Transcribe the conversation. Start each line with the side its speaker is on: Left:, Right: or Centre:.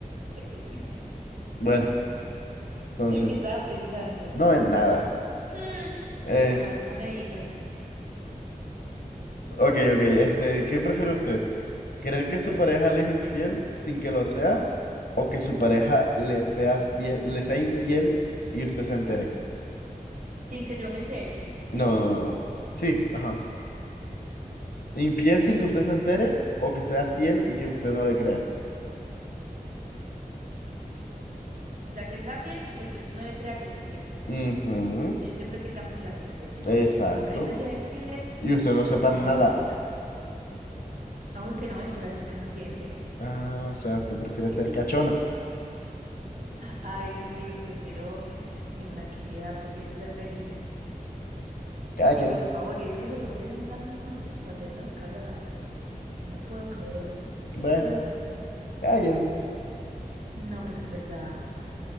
Right: <laughs>
Left: bueno,
Right: ¿En
Left: entonces,
Right: qué estaba pensando?
Left: no en nada.
Right: Hmm,
Left: Eh,
Right: Mejor no me diga.
Left: ok, ok, este, ¿qué prefiere usted? ¿Creer que su
Right: A ver.
Left: pareja le es infiel sin que lo sea? ¿O que su pareja le sea fiel, le sea infiel y usted se entere?
Right: sin que yo me entere.
Left: No, no, no. no. Sí, ajá. Infiel sin que usted se entere o que sea fiel y que usted no le crea.
Right: O sea, que él sea fiel y que yo no le crea que él es fiel.
Left: Ujú,
Right: Que yo siempre tenga las sospechas.
Left: Exacto.
Right: O que él me sea infiel
Left: Y usted
Right: y
Left: no
Right: que
Left: sepa
Right: yo no me
Left: nada.
Right: dé cuenta. Ojos que no ven, corazón que no siente.
Left: Ah, o sea, usted prefiere
Right: <laughs>
Left: ser cachona.
Right: Ay, sí, prefiero mi tranquilidad, prefiero ser feliz.
Left: Callen.
Right: Sí, por favor, y es que los hombres son tan tontos para hacer las cagadas. Yo no puedo creerlo, yo
Left: Bueno,
Right: no puedo creer.
Left: callen.
Right: No, pero es verdad.